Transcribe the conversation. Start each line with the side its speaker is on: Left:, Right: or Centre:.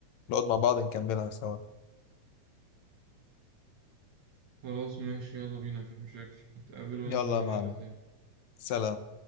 Left: نقعد مع بعض نكملها سوا
Right: خلاص ماشي يلا بينا مفيش مشاكل نتقابل وننزل
Left: يلا
Right: نلعبها
Left: يا معلم
Right: تاني
Left: سلام